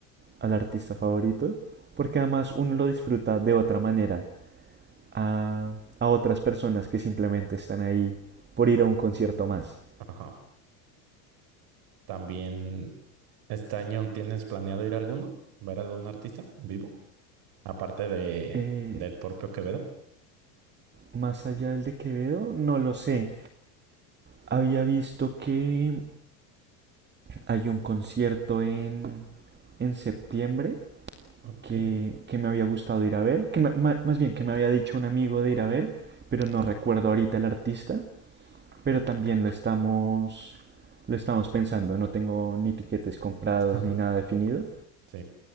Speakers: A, on the right (about 20°); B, on the right (about 55°).
A: al artista favorito, porque además uno lo disfruta de otra manera a, a otras personas que simplemente están ahí por ir a un concierto más.
B: ajá. También, ¿este año tienes planeado ir a alguno? ¿Ver algún artista en vivo? Aparte de,
A: Eh,
B: del propio Quevedo.
A: más allá del de Quevedo, no lo sé. Había visto que hay un concierto en, en septiembre
B: Ok.
A: que, que me había gustado ir a ver, que me- más bien que me había dicho un amigo de ir a ver, pero no recuerdo ahorita el artista. pero también lo estamos, lo estamos pensando. No tengo ni tiquetes comprados
B: <laughs>
A: ni nada definido.
B: Sí.